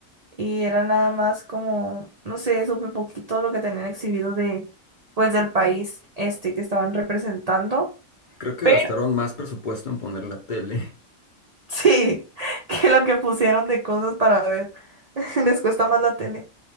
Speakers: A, on the right; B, on the left.
A: y era nada más como, no sé, súper poquito lo que tenían exhibido de, pues, del país este que estaban representando.
B: Creo que
A: Pero
B: gastaron más presupuesto en poner la tele. <laughs>
A: sí, <laughs> que lo que pusieron de cosas para ver, <laughs> les cuesta más la tele.